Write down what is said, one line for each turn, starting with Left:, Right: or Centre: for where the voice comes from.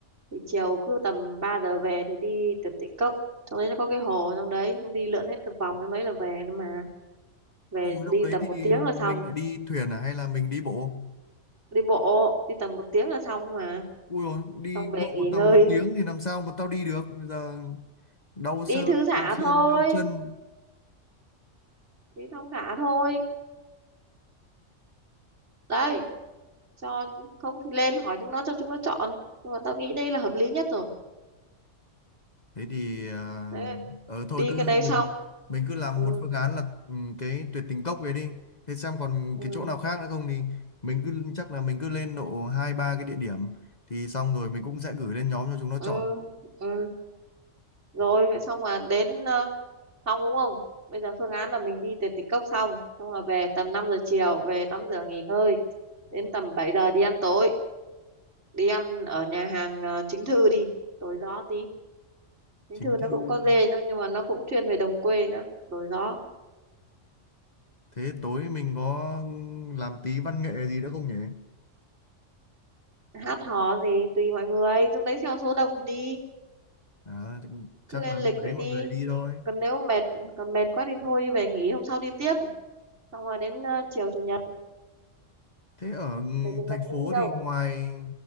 Right: thì chiều cứ tầm 3 giờ về thì đi tuyệt tình cốc trong đấy nó có cái hồ trong đấy xong đi lượn hết cái vòng trong đấy là về nữa mà về
Left: Hồi
Right: đi
Left: trong đấy
Right: tầm
Left: thì
Right: một tiếng
Left: mình
Right: là xong
Left: phải đi thuyền à hay là mình đi bộ?
Right: đi bộ đi tầm một tiếng là xong mà
Left: Ui rồi đi
Right: xong về
Left: bộ
Right: nghỉ
Left: tầm
Right: ngơi
Left: một tiếng thì làm sao mà tao đi được? Bây giờ đau
Right: đi
Left: xương,
Right: thư thả
Left: đau xương,
Right: thôi
Left: đau chân.
Right: đi thong thả thôi đấy cho không thì lên hỏi chúng nó cho chúng nó chọn nhưng mà tao nghĩ đây là hợp lý nhất rồi
Left: Thế thì à,
Right: Thế
Left: ờ thôi
Right: đi
Left: cứ
Right: cái đấy
Left: mình
Right: xong
Left: mình cứ làm
Right: ừ
Left: một phương án là ừ, cái tuyệt tình cốc về đi. Thế xem còn
Right: ừ
Left: cái chỗ nào khác nữa không thì mình cứ chắc là mình cứ lên độ hai ba cái địa điểm thì xong rồi mình cũng sẽ gửi lên nhóm cho chúng nó
Right: ừ
Left: chọn.
Right: ừ rồi vậy xong là đến ờ, xong đúng không bây giờ phương án là mình đi tiền tịch cốc xong xong rồi về tầm 5 giờ chiều về tắm rửa nghỉ ngơi đến tầm 7 giờ đi ăn tối đi ăn ở nhà hàng ờ, chính thư đi đổi gió tí chính
Left: Chính
Right: thư nó
Left: thư
Right: cũng có dê nó- nhưng mà nó cũng chuyên về đồng quê nữa đổi gió
Left: thế tối mình có ừ, làm tí văn nghệ gì nữa không nhỉ?
Right: hát hò gì tùy mọi người lúc đấy theo số đông thì đi
Left: Đó, thì chắc
Right: cứ lên
Left: là
Right: lịch
Left: lúc
Right: vậy
Left: đấy mọi
Right: đi
Left: người đi thôi.
Right: còn nếu mệt còn mệt quá thì thôi đi về nghỉ hôm sau đi tiếp xong rồi đến ờ, chiều chủ nhật
Left: Thế ở
Right: chiều chủ
Left: thành
Right: nhật muốn
Left: phố
Right: đi đâu
Left: thì ngoài